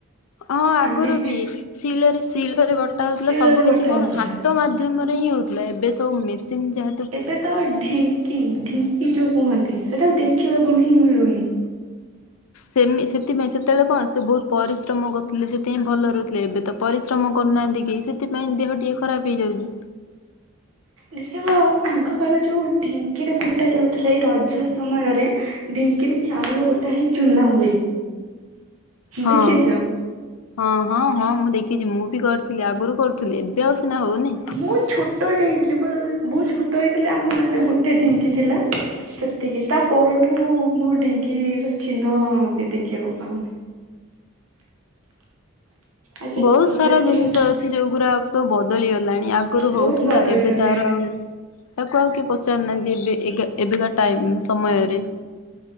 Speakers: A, on the left; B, on the right.
A: ହଁ ଆଗରୁ
B: ଆମେ
A: ବି ଶିଳରେ ଶିଳରେ ବଟା ହେଉଥିଲା
B: ଶିଳରେ
A: ସବୁକିଛି
B: ବଟା
A: କଣ
B: ହଉଥିଲା
A: ହା ହାତ ମାଧ୍ୟମରେ ହିଁ ହେଉଥିଲା ଏବେ ସବୁ ମେସିନ୍ ଯା
B: ଏବେ ତ ଆଉ ଢିଙ୍କି ଢିଙ୍କି ଯେଉଁ କୁହନ୍ତି ସେଟା ଦେଖିବାକୁ ହିଁ ମିଳୁନି
A: ସେମି ସେଥିପାଇଁ ସେତେବେଳେ କଣ ସେ ବହୁତ ପରିଶ୍ରମ କରୁଥିଲେ ସେଥିପାଇଁ ଭଲ ରହୁଥିଲେ ଏବେ ତ ପରିଶ୍ରମ କରୁନାହାନ୍ତି କେହି ସେଥିପାଇଁ ଦେହ ଟିକେ ଖରାପ ହୋଇଯାଉଛି
B: ଦେଖିବ ଆଗକାଳ ଯେଉଁ ଢିଙ୍କିରେ କୁଟା ଯାଉଥିଲା ଏ ରଜ ସମୟରେ ଢିଙ୍କିରେ ଚାଉଳ କୁଟା ହେଇ ଚୁନା ହୁଏ
A: ହଁ।
B: ଦେଖିଛ?
A: ହଁ ହଁ ହଁ ମୁଁ ଦେଖିଛି ମୁଁ ବି କରିଥିଲି ଆଗରୁ କରୁଥିଲି ଏବେ ଆଉ ସିନା ହେଉନି
B: ମୁଁ ଛୋଟଟେ ହେଇଥିଲି ପା ବହୁତ ଛୋଟ ହେଇଥିଲି ଆମ ଗାଁରେ ଗୋଟେ ଢିଙ୍କି ଥିଲା ସେତିକି ତା ପରଠୁ ମୁଁ ଢିଙ୍କିର ଚିହ୍ନ ବି ଦେଖିବାକୁ ପାଉନି ଆଗେ
A: ବହୁତ ସାରା
B: ସେଥିରେ
A: ଜିନିଷ ଅଛି ଯେଉଁଗୁଡ଼ା ସବୁ ବଦଳି ଗଲାଣି ଆଗରୁ
B: ବହୁତ
A: ହେଉଥିଲା
B: ବଦଳି
A: ଏବେ
B: ଗଲାଣି।
A: ତାର ଆଉ ତାକୁ ଆଉ କିଏ ପଚାରୁନାହାନ୍ତି ଏବେ ଏବେକା ଟାଇମ ସମୟରେ